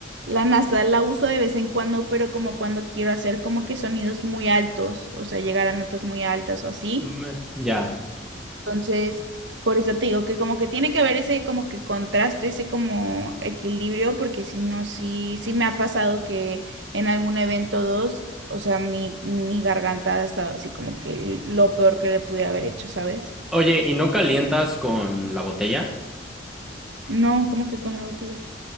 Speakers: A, on the right; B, in the centre.
A: La nasal la uso de vez en cuando, pero como cuando quiero hacer como que sonidos muy altos, o sea, llegar a notas muy altas o así.
B: Mm, ya.
A: Entonces, por eso te digo que como que tiene que haber ese como que contraste, ese como equilibrio, porque si no, sí, sí me ha pasado que en algún evento dos, o sea, mi, mi garganta ha estado así como que lo peor que le pude haber hecho, ¿sabes?
B: Oye, ¿y no calientas con la botella?
A: No, como que con la botella.